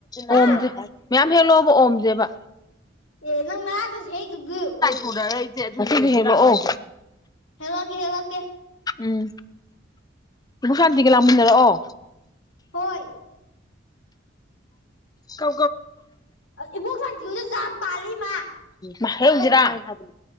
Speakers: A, on the left; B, on the left.
A: ꯍꯥ
B: ꯑꯣꯝꯁꯦ ꯃꯌꯥꯝ ꯍꯦꯛꯂꯛꯑꯣꯕ ꯑꯣꯝꯁꯦꯕ꯫
A: ꯑꯦ ꯅꯪ ꯉꯔꯥꯡꯗꯁꯨ ꯍꯦꯛꯏꯗꯨꯕꯨ꯫
B: ꯊꯅꯔꯛꯏꯁꯦ ꯑꯗꯨ ꯁꯤꯅ ꯍꯦꯀꯂꯛꯑꯣ
A: ꯍꯦꯛꯂꯛꯀꯦ ꯍꯦꯛꯂꯛꯀꯦ
B: ꯎꯝ ꯕꯣꯛ ꯁꯥꯟꯇꯤꯒ ꯂꯥꯛꯃꯤꯟꯅꯔꯛꯑꯣ꯫
A: ꯍꯣꯏ꯫
B: ꯀ
A: ꯏꯕꯣꯛ ꯁꯥꯟ ꯀ ꯄꯂꯤ ꯃꯥ
B: ꯃꯍ ꯍꯧꯁꯤꯔꯥ ꯍꯥꯏꯕꯅꯦ